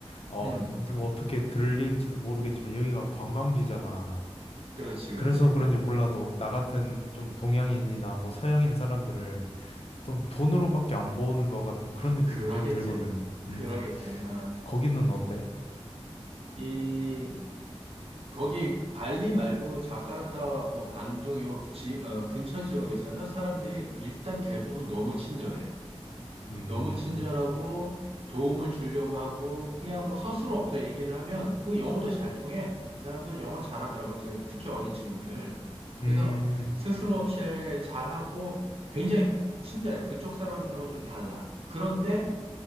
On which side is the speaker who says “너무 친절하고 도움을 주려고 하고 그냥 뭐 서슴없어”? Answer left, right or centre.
Right